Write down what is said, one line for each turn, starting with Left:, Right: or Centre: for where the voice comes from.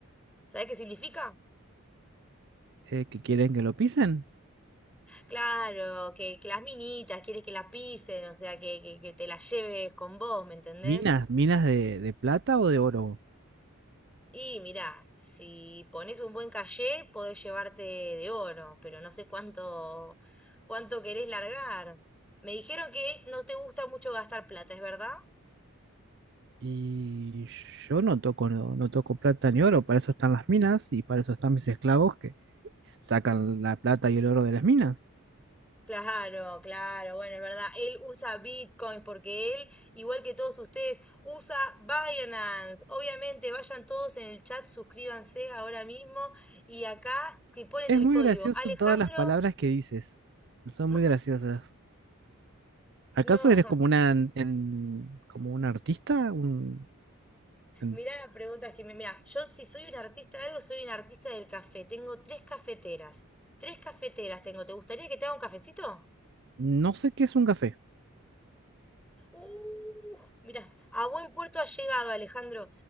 Centre: ¿sabés qué significa?
Right: Eh, ¿que quieren que lo pisen?
Centre: Claro, que, que las minitas, quieres que las pisen, o sea, que, que, que te las lleves con vos, ¿me entendés?
Right: Minas, minas de, de plata o de oro.
Centre: Y mirá, si pones un buen cayé, podés llevarte de oro, pero no sé cuánto, cuánto querés largar. Me dijeron que no te gusta mucho gastar plata, ¿es verdad?
Right: Y yo no toco, no, no toco plata ni oro, para eso están las minas y para eso están mis esclavos que sacan la plata y el oro de las minas.
Centre: Claro, claro, bueno, es verdad. Él usa Bitcoin porque él, igual que todos ustedes, usa Binance. Obviamente, vayan todos en el chat, suscríbanse ahora mismo y acá te ponen
Right: Es
Centre: el
Right: muy
Centre: código.
Right: gracioso
Centre: Alejandro,
Right: todas las palabras que dices. Son
Centre: <laughs>
Right: muy graciosas. ¿Acaso
Centre: no,
Right: eres
Centre: <laughs>
Right: como una en- en- como un artista? Un, en-
Centre: mirá las preguntas que me... Mirá, yo si soy un artista de algo, soy un artista del café. Tengo tres cafeteras. Tres cafeteras tengo. ¿Te gustaría que te haga un cafecito?
Right: no sé qué es un café.
Centre: Uh, mirá, a buen puerto ha llegado, Alejandro.